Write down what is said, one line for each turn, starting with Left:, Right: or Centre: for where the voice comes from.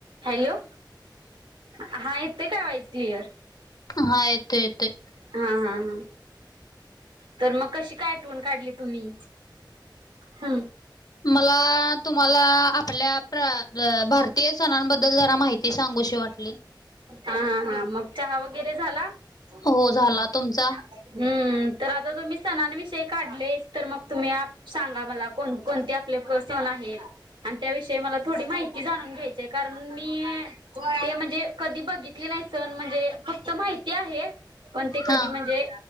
Right: Hello हा येतय काय व्हायचं क्लिअर? <unintelligible>
Left: हा येतोय येतोय.
Right: हा हा हा. तर मग कशी काय आठवून काढली तुम्ही? ह. <unintelligible>
Left: मला तुम्हाला आपल्या भारतीय सणांबद्दल जरा माहिती <unintelligible> ते सांगूशी वाट
Right: ह हां हा मग चहा वगैरे झाला? <unintelligible>
Left: हो झाला तुमचा?
Right: हम्म तर आता तुम्ही सणांविषयी काढले तर मग तुम्ही <unintelligible> सांगा मला? कोण कोणते आपले प सण आहेत. <unintelligible> आणि त्याविषयी मला थोडी माहिती जाणून घ्यायची. कारण मी ते म्हणजे <unintelligible> कधी बघितली नाही सण म्हणजे फक्त माहिती आहे पण ते कधी
Left: हा
Right: म्हणजे